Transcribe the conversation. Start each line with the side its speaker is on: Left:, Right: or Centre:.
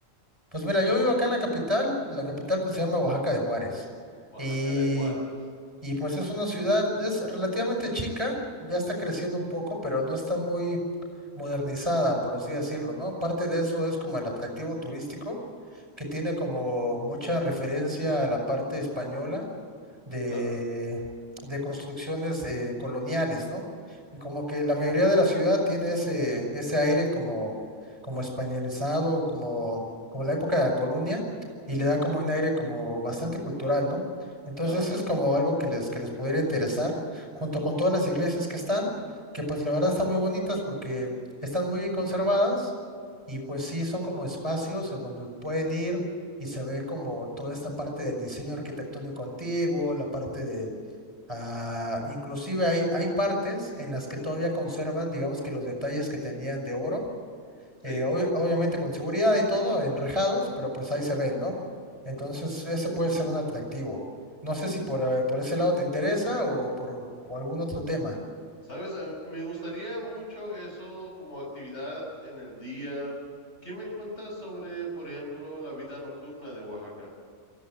Right: Pues mira, yo vivo acá en la capital, la capital pues se llama Oaxaca de Juárez.
Left: Oaxaca
Right: Y
Left: de Juárez.
Right: y pues es una ciudad, es relativamente chica, ya está creciendo un poco, pero no está muy modernizada, por así decirlo, ¿no? Parte de eso es como el atractivo turístico, que tiene como mucha referencia a la parte española de,
Left: Claro,
Right: de construcciones eh, coloniales, ¿no? Y como que la mayoría de la ciudad tiene ese, ese aire como, como españolizado, como, como la época de la colonia, y le da como un aire como bastante cultural, ¿no? Entonces
Left: claro,
Right: eso es como algo que les, que les pudiera interesar, junto con todas las iglesias que están, que pues la verdad están muy bonitas porque están muy bien conservadas y pues sí, son como espacios en donde pueden ir y se ve como toda esta parte del diseño arquitectónico antiguo, la parte de, ah, inclusive hay, hay partes en las que todavía conservan, digamos que los detalles que tenían de oro eh,
Left: sí.
Right: ob- obviamente con seguridad y todo, enrejados, pero pues ahí se ven, ¿no? Entonces, ese puede ser un atractivo. No sé si por, eh, por ese lado te interesa o por o algún otro tema.
Left: ¿Sabes? A mí- me gustaría mucho eso como actividad en el día. ¿Qué me cuentas sobre, por ejemplo, la vida nocturna de Oaxaca?